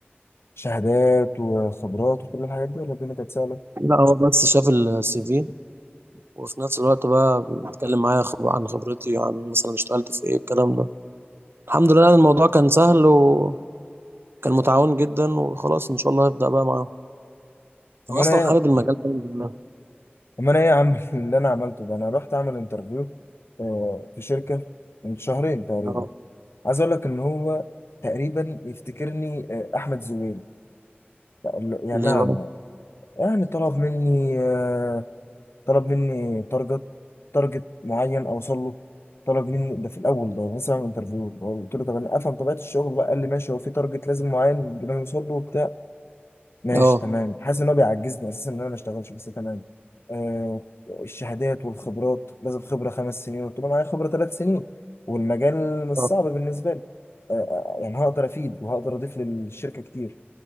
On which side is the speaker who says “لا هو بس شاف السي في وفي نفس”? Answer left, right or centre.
Right